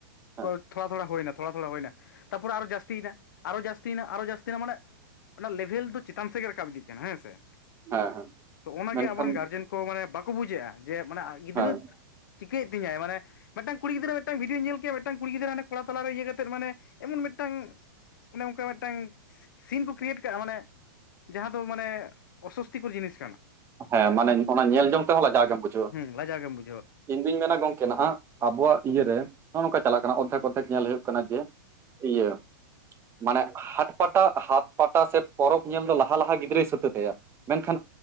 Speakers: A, on the right (about 20°); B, on the left (about 65°).
A: ᱦᱮᱸ
B: ᱠᱚ ᱛᱷᱚᱲᱟ ᱛᱷᱚᱲᱟ ᱦᱳᱭᱱᱟ ᱛᱷᱚᱲᱟ ᱛᱷᱚᱲᱟ ᱦᱳᱭᱱᱟ᱾ ᱛᱟᱯᱚᱨᱮ ᱟᱨᱚ ᱡᱟᱹᱥᱛᱤᱭᱮᱱᱟ ᱟᱨᱦᱚᱸ ᱡᱟᱹᱥᱛᱤᱭᱮᱱᱟ ᱟᱨᱦᱚᱸ ᱡᱟᱹᱥᱛᱤᱭᱮᱱᱟ ᱢᱟᱱᱮ ᱚᱱᱟ ᱞᱮᱵᱷᱮᱞ ᱫᱚ ᱪᱮᱛᱟᱱ ᱥᱮᱫ ᱜᱮ ᱨᱟᱠᱟᱵ ᱤᱫᱤᱜ ᱠᱟᱱᱟ ᱦᱮᱸ ᱥᱮ,
A: ᱦᱮᱸ ᱦᱮᱸ
B: ᱛᱚ ᱚᱱᱟᱜᱮ
A: ᱢᱮᱱᱠᱷᱟᱱ
B: ᱟᱵᱚᱨᱮᱱ ᱜᱟᱨᱡᱮᱱ ᱠᱚ ᱢᱟᱱᱮ ᱵᱟᱠᱚ ᱵᱩᱡᱮᱫᱼᱟ ᱡᱮ ᱢᱟᱱᱮ ᱜᱤᱫᱽᱨᱟᱹ
A: ᱦᱮᱸ
B: ᱪᱤᱠᱟᱹᱭᱮᱫ ᱛᱤᱧᱟᱹᱭ ᱢᱟᱱᱮ ᱢᱤᱫᱴᱟᱝ ᱠᱩᱲᱤ ᱜᱤᱫᱽᱨᱟᱹ ᱢᱤᱫᱴᱟᱝ ᱵᱷᱤᱰᱭᱳᱧ ᱧᱮᱞ ᱠᱮᱭᱟ ᱢᱤᱫᱴᱟᱝ ᱠᱩᱲᱤ ᱜᱤᱫᱽᱨᱟᱹ ᱦᱟᱱᱮ ᱠᱚᱲᱟ ᱛᱟᱞᱟᱨᱮ ᱤᱭᱟᱹ ᱠᱟᱛᱮᱫ ᱢᱟᱱᱮ ᱮᱢᱚᱱ ᱢᱤᱫᱴᱟᱝ--‌ ᱚᱱᱮ ᱚᱝᱠᱟ ᱢᱤᱫᱴᱟᱝ ᱥᱤᱱ ᱠᱚ ᱠᱨᱤᱭᱮᱴ ᱠᱟᱜᱼᱟ ᱢᱟᱱᱮ ᱡᱟᱦᱟᱸ ᱫᱚ ᱢᱟᱱᱮ ᱚᱥᱚᱥᱛᱤᱠᱚᱨ ᱡᱤᱱᱤᱥ ᱠᱟᱱᱟ᱾
A: ᱦᱮᱸ ᱢᱟᱱᱮ ᱚᱱᱟ ᱧᱮᱞ ᱡᱚᱝ ᱛᱮᱦᱚᱸ ᱞᱟᱡᱟᱣ ᱜᱮᱢ ᱵᱩᱡᱷ
B: ᱦᱩᱸ ᱞᱟᱡᱟᱣ ᱜᱮᱢ ᱵᱩᱡᱷᱟᱹᱣᱟ᱾
A: ᱤᱧ ᱫᱩᱧ ᱢᱮᱱᱟ ᱜᱚᱝᱠᱮ ᱱᱟᱦᱟᱜ ᱟᱵᱚᱣᱟᱜ ᱤᱭᱟᱹᱨᱮ ᱱᱚᱜᱼᱚ ᱱᱚᱝᱠᱟ ᱪᱟᱞᱟᱜ ᱠᱟᱱᱟ ᱚᱫᱽᱫᱷᱮᱠ ᱚᱫᱽᱫᱷᱮᱠ ᱧᱮᱞ ᱦᱩᱭᱩᱜ ᱠᱟᱱᱟ ᱡᱮ ᱤᱭᱟᱹ ᱢᱟᱱᱮ ᱦᱟᱴ ᱯᱟᱴᱟ ᱦᱟᱛ ᱯᱟᱴᱟ ᱥᱮ ᱯᱚᱨᱚᱵᱽ ᱧᱮᱞ ᱫᱚ ᱞᱟᱦᱟ ᱞᱟᱦᱟ ᱜᱤᱫᱽᱨᱟᱹᱭ ᱥᱟᱹᱛᱮ ᱛᱟᱭᱟ ᱢᱮᱱᱠᱷᱟᱱ